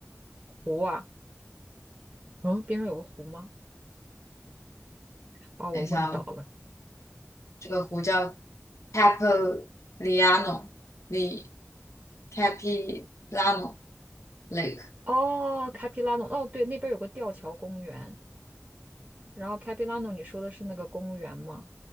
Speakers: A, on the right (about 35°); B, on the left (about 90°).
A: 湖啊，嗯，边上有个湖吗？把我问倒了。
B: 等一下哦。这个湖叫 Capilano l i Capilano Lake。
A: 哦，开皮拉诺，哦，对，那边有个吊桥公园，然后开皮拉诺，你说的是那个公园吗？